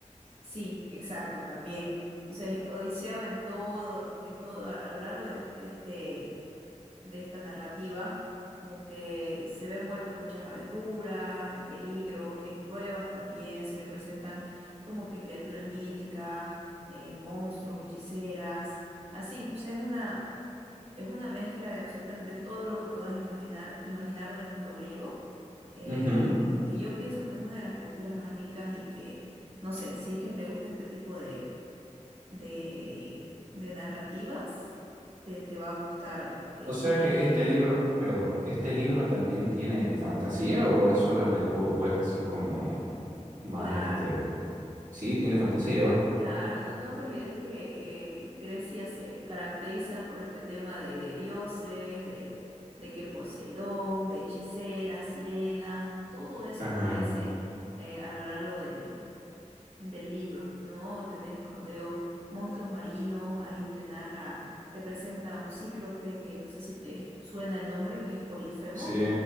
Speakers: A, on the right (about 50°); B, on the right (about 80°).
A: sí, exacto, también. Entonces, Odiseo en todo, en todo, a, a lo largo de, de este de esta narrativa, como que se ve envuelto en muchas aventuras, en peligros, en pruebas también, se le presentan como que criaturas míticas, eh, monstruos, hechiceras, así, o sea, es una, es una mezcla de absolutamente todo lo que puedas imaginar, imaginar del mundo griego, eh,
B: Ujú.
A: que yo pienso que es una de las culturas más ricas y que, no sé, si es que te gusta este tipo de, de, de narrativas, te, te va a gustar este
B: O sea que este
A: libro.
B: libro, perdón, ¿este libro también tiene fantasía o es solamente, o o es así como más
A: Claro,
B: este... Sí, tiene fantasía igual.
A: claro, no, no te olvides que eh, Grecia se caracteriza por este tema de, de dioses, de, de que Poseidón, de hechiceras, sirenas, todo eso
B: Ajá.
A: aparece eh, a lo largo del, del libro, ¿no? Tenés, como te digo, monstruos marinos, ahí te narra, te presenta a un cíclope que no sé si te suena el nombre, que es Polifemo,
B: Sí.